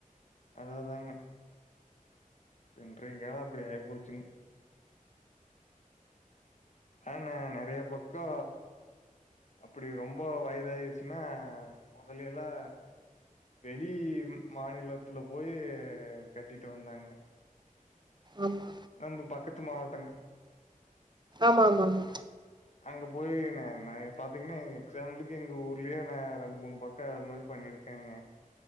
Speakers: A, on the left; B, on the right.
A: அதாதாங்க அப்ற இன்றைய கால அப்டி ஆயிப்போச்சுங்க ஆன நெறைய பக்கோ அப்புடி ரொம்ப வயதாயிருச்சுனா மொதல்லியெலா வெளி மாநிலத்துல போயி கட்டிட்டு வந்தாங்க
B: ஆமா
A: நம்ம பக்கத்து மாவட்டங்க
B: ஆமா ஆமாங்க
A: அங்க போயி நா நாய பாத்திங்கனா எக்ஸாம்பிளுக்கு எங்க ஊர்லயே நா ரெண்டு மூணு பக்க அது மாரி பண்ணிருக் காங்க